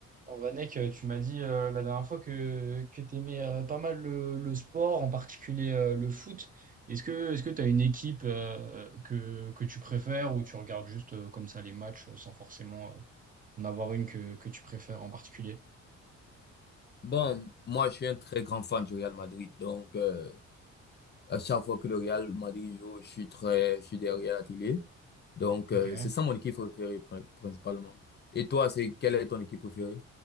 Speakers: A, on the right (about 30°); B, on the left (about 35°).
A: Oh, Vanek, euh, tu m'as dit euh, la dernière fois que, que tu aimais pas mal le, le sport, en particulier euh, le foot. Est-ce que est-ce que tu as une équipe euh, que, que tu préfères ou tu regardes juste euh, comme ça les matchs euh, sans forcément euh, en avoir une que, que tu préfères en particulier?
B: Bon, moi, je suis un très grand fan du Real Madrid. Donc, euh, à chaque fois que le Real Madrid joue, je suis très, je suis derrière la télé. Donc, euh,
A: Ok.
B: c'est ça mon équipe préférée, prin- principalement. Et toi, c'est, quelle est ton équipe préférée?